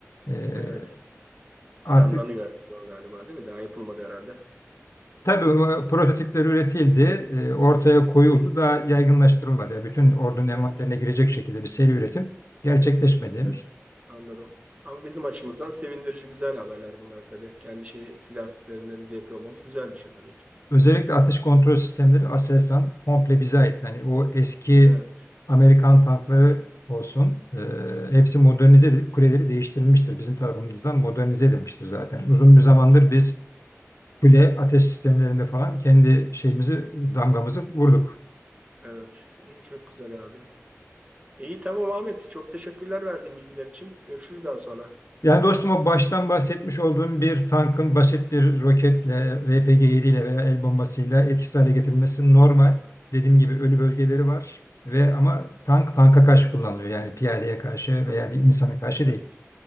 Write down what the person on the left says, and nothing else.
Ee,
artık
Tabii bu prototipler üretildi, e, ortaya koyuldu, daha yaygınlaştırılmadı. Yani bütün ordunun envanterine
girecek şekilde bir seri üretim gerçekleşmedi
henüz.
Özellikle atış kontrol sistemleri Aselsan komple bize ait. Yani o eski
Amerikan tankları olsun, e, hepsi modernize edilip kuleleri değiştirilmiştir. Bizim tarafımızdan modernize edilmiştir zaten. Uzun bir
zamandır biz kule ateş sistemlerinde falan kendi şeyimizi, damgamızı vurduk.
Yani dostum o baştan bahsetmiş olduğum bir tankın basit bir roketle, RPG-7 ile veya el bombasıyla etkisiz hale getirilmesi normal. Dediğim gibi ölü bölgeleri var ve ama tank tanka karşı kullanılıyor. Yani piyadeye karşı
veya bir insana karşı
değil.